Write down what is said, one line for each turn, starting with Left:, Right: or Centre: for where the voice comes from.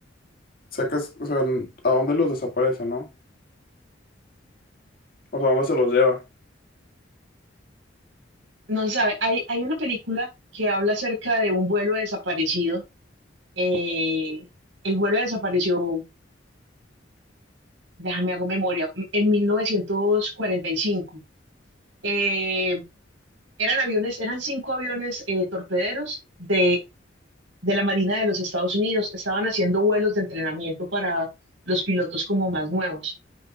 Left: sacas, o sea, n- ¿a dónde los desaparece, no? O sea, ¿a dónde se los lleva?
Right: no se sabe. Hay, hay una película que habla acerca de un vuelo desaparecido. eh, el vuelo desapareció, déjame hago memoria, en 1945. Eh, eran aviones, eran cinco aviones eh, torpederos de, de la Marina de los Estados Unidos. Estaban haciendo vuelos de entrenamiento para los pilotos como más nuevos.